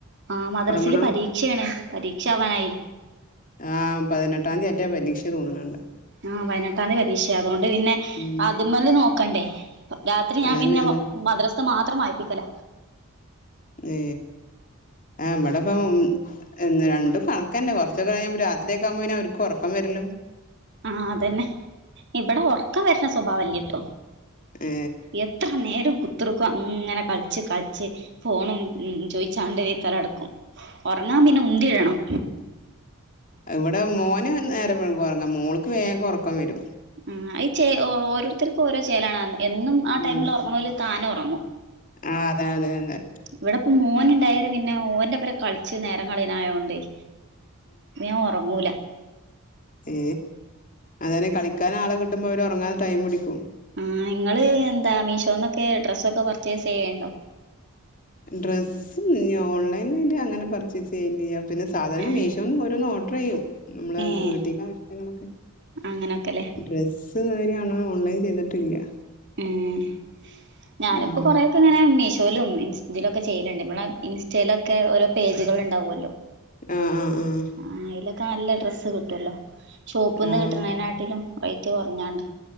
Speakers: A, on the right (about 50°); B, on the left (about 35°).
A: ആഹ് മദ്രാസൽ
B: ഉറങ്ങണം
A: പരീക്ഷയാണ് പരീക്ഷ ആവാനായി
B: ആഹ് പതിനെട്ടാം തീയതിറ്റാ പരീക്ഷ തോണുന്നുണ്ട്
A: ആഹ് പതിനെട്ടാം തീയതി പരീക്ഷ അതുകൊണ്ട് പിന്നെ
B: ഉം
A: ആദ്യമല്ല നോക്കണ്ടേ രാത്രി ഞാൻ
B: അതന്നെ
A: പിന്നെ
B: അത്
A: മദ്രസ മാത്രം വായ്പിക്കല
B: ഏ ആമ്മടപ്പം എന്ന് രണ്ടും കണക്കന്നെ കൊറാച്ചൊക്കെ കഴിഞ്ഞ രാത്രിക്ക ആ പോ പിന്നെഅവർക്ക് ഒറക്കം വര്ല്ലും
A: ആഹ് അതന്നെ ഇവട ഒറക്കം വരണ സ്വഭാവല്ല്യ ട്ടോ
B: ഏ
A: എത്ര നേരും കുത്ത്ർക്കും അങ്ങനെ കള്ച്ച് കള്ച്ച് ഫോണും ഉം ചോയിച്ചാണ്ട് തലട്ക്കും ഒറങ്ങാ പിന്നെ ഉന്തി വേണം
B: ഇവടെ മോന് നേരം വെഴുകും ഒറങ്ങാ മോൾക്ക് വേഗം ഒറക്കം വരും
A: ആഹ് ഈ ച്ചേ ഓരോരുത്തർക്കും ഓരോ ചേലാണ് എന്നും ആ
B: ഉം
A: ടൈമിൽ ഒറങ്ങ്‌ണോല് താന ഒറങ്ങും
B: ആഹ് അതെ അതെ അതെ
A: ഇവിടെപ്പം മോൻണ്ടായരേ പിന്നെ ഓന്റെപ്പര കളിച്ച് നേരം കളിണായോടയ് ഇന്ന് ഞാ ഒറങ്ങൂല
B: ഏ അതന കളിക്കാൻ ആള കിട്ടുമ്പോ അവര് ഒറങ്ങാ ടൈം പിടിക്കും
A: ആഹ് ഇങ്ങള് എന്താ മീഷോന്നൊക്കെ ഡ്രസ്സൊക്കെ പർച്ചേസിയല്ണ്ടേ
B: ഡ്രസ്സ് ഓൺലൈന്ൽ പിന്നെ അങ്ങനെ പർച്ചീസ്ഇയ്യലിയ പിന്നെ സാധനം
A: ഏഹ്
B: മീ ശോന്ന് ഓരോന്ന് ഓഡ്ർ എയ്യും നമ്മളേ
A: ഏഹ്
B: വീട്ടീക്ക് ആവശ്യള്ള നങ്ങളൊക്കെ
A: അങ്ങനൊക്കെല്ലേ
B: ഡ്ര ഇത് കാര്യണോ ഓൺലൈൻ ചെയ്തിട്ടില്ല
A: ഉം ഞാനിപ്പോ
B: ഉം
A: കൊറെ ഒക്കെ ഇങ്ങനെ മീഷോലും ഇൻ ഇതിലൊക്കെ ചെയ്യല്ണ്ട് മ്മളെ ഇൻസ്റ്റേലൊക്കെ ഓരോ പേജ്കൾ ഇണ്ടാവൊല്ലോ
B: ആഹ് ആഹ് ആഹ്
A: ആഹ് അയ്ലൊക്കെ നല്ല ഡ്രസ്സ് കിട്ടൊല്ലോ ഷോപ്പ്ന്ന്
B: ആഹ് ആഹ്
A: കിട്ട്ണേനാട്ടിലും റയ്റ്റ് കൊർഞ്ഞാണ്ട്